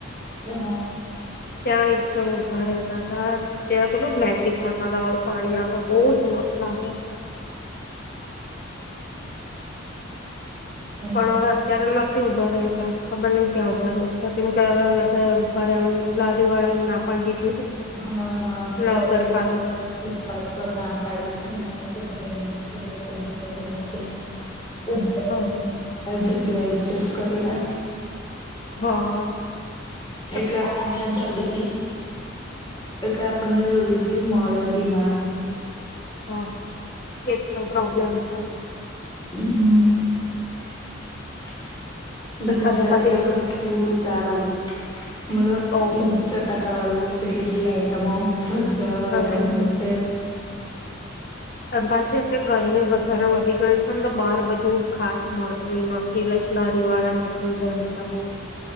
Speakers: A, on the left (about 20°); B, on the left (about 50°).
A: એ હા
B: ત્યાં એક જણ ઉભા રહેતા હતા ત્યાં થોડું મેજિક મસાલા વાળું પાણી આપે બહજ મસ્ત લાગે.
A: હમ
B: પણ હવે અત્યારે થી ઉભા રહેતા ખબર નહ ક્યાં ઉભા રહે છે, કેમ કે બધા ઉભા રહેવાની લારી વાળા ને ના પાડી દીધી
A: હા, હા, સ્ટ
B: ને નગરપાલિકા
A: એ લોકોને ફૂટપાથ પર ના પાડી છે ને ઉભા રહેવાનું એ લોકો બિચારા કઈ ઉભા રહેશે,
B: હા
A: હર જગ્યાએ કે એડજસ્ટ કરી ને
B: હા, હ
A: એટલે આપણને જલ્દી થી એટલે આપણને જલ્દી થી મળે બીના
B: હા, એ જ તો પ્રોબ્લેમ છે
A: હ, હમ એટલે ગુજરાતીઓનું
B: અને પછી
A: ફૂડ સારું, મતલબ
B: બઉ
A: ચટાકા
B: જ
A: વાળું, એટલી બધી આઈટમો, હજારો આઈટમ
B: હા
A: હોય છે જ
B: રમતા છે, તે ગરમી વધારે વધી ગયો છે, ને તો બહાર બધું ખાસ મળતું નથી, લાઈક લારીવાળા નથી ઉભા રહેતા બહુ